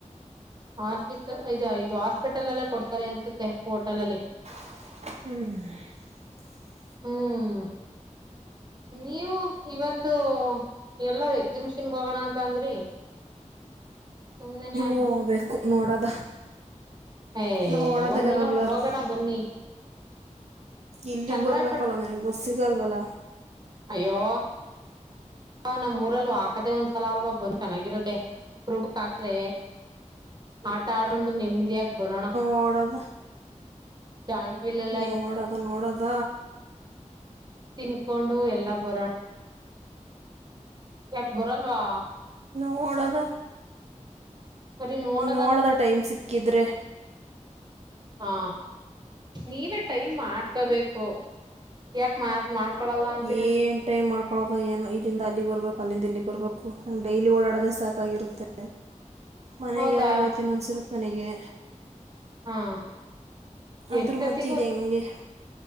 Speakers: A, on the right; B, on the right.
A: ಆಫೀಸ್ ಇದು ಇದು ಹಾಸ್ಪಿಟಲ್ ಅಲ್ಲೇ ಕೊಡ್ತಾರೆ ಅನ್ಸುತ್ತೆ ಹೋಟೆಲ್ ಅಲ್ಲಿ
B: ಹ್ಮ್
A: ಹ್ಮ್ ಹ್ಮ ನೀವು ಇವತ್ತು ಎಲ್ಲೋ ಎಕ್ಸಿಬಿಷನ್ಗೆ ಹೋಗೋಣ ಅಂತ ಅಂದ್ರಿ ಸುಮ್ನೆ ಆಗ
B: ಹೋಗಬೇಕು ನೋಡದ
A: ಏ
B: ನೋಡೋದ ನೋಡೋದ
A: ಒಂದಿನ
B: ಯಾವಾಗ್ಲಾರು
A: ಹೋಗೋಣ ಬನ್ನಿ
B: ಇಲ್ಲಿಗೆ
A: ಚಂದ್ರಾಯಪಟ್
B: ಬರ್ಬೇಕಲ್ಲ ನನಗೆ ಬಸ್ ಸಿಗಲ್ವಲ್ಲ
A: ಅಯ್ಯೋ ಹ ನಮ್ ಊರಲ್ಲಿ ಹಾಕದೆೇ ಒಂದ್ಸಲ ಅಲ್ವಾ ಬಂದ್ ಚೆನ್ನಾಗಿರೋದೆ ಅಪರುಬ್ಕ್ ಹಾಕ್ರೆ ಆಟ ಆಡೊಂಡ್್ ನಿಮದಿಯಾಗ ಬರೋಣ
B: ಮಡದ
A: ಜಾಯಿಂಟ್ ವಿಲ್ ಎಲ್ಲ
B: ನೋಡೋದ ನೋಡೋದ
A: ತಿನ್ಕೊಂಡು ಎಲ್ಲಾ ಬರಣ ಯಾಕ ಬರಲ್ವಾ
B: ಮೂಡದ
A: ಬರಿ ನೋಡ
B: ನೋಡದ ಟೈಮ್ ಸಿಕ್ಕಿದರೆೆ
A: ಹಾ ನೀವೇ ಟೈಮ್ ಮಾಡ್ಕೋಬೇಕು ಯಾಕ ಮಾತ್ ಮಾಡ್ಕೊಳಲ್ಲ ಅಂತ
B: ಏನ್ ಟೈಮ್ ಮಾಡ್ಕೋದ ಏನೋ ಇಲ್ಲಿಂದ ಅಲ್ಲಿ ಬರ್ಬೇಕು ಕಲ್ಲಿಂದ ಇಲ್ಲಿ ಬರಬೇಕು ನಮ್ ಡೈಲಿ ಓಡಾಡದೇ ಸಾಕಾಗಿರುತ್ತೆ ಮನೆಗೆ
A: ಹೌದಾ
B: ಯಾವಾಗ ಹಯ್ತೀನೋ ಅನ್ಸಿರು ಮನೆಗೆ
A: ಹಾ
B: ಅದ್ರ
A: ಎಷ್ಟೊತ್ತಿಗ
B: ಮಧ್ಯೆ ಇದು ಹೆಂಗೆ